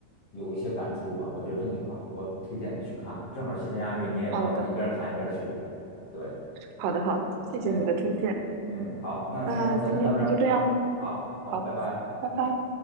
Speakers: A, on the left; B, on the right.
A: 有一些感触吧，我觉得真挺好，我推荐你去看看，正好西班牙语你也能一边看一边学，
B: 好的，
A: 对，
B: 好的，好的，谢谢你的推荐。
A: 嗯嗯，好，那现在咱就到这儿，
B: 那今天就这样，
A: 好好，
B: 好，
A: 拜拜。
B: 拜拜。